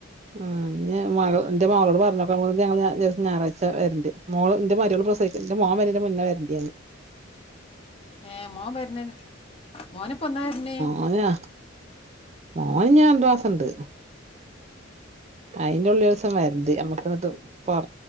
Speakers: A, on the right; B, on the left.
A: ആഹ് ഇനിമകൾ എന്റെ മകൾ പറഞ്ഞു അപ്പഞ്ഞിങ്ങള് ഞാറാഴ്ച വരണ്ട് മോള് എന്റെ മരോൾ പ്രസിവിക്ക് എന്റെ മോൻ വര്ണീന്റെ മുന്നേ വരണ്ട് ഞാൻ
B: ഏഹ് മോൻവരുന്നീൻ മോനപ്പന്നാ വരുന്നേ
A: <unintelligible> മോന് ഇനി രണ്ട്മാസണ്ട് അയിന്റെ ഉള്ളിലൊരീസം വരണ്ട് നമ്മക്ക്ന്നിട്ട്പൊറ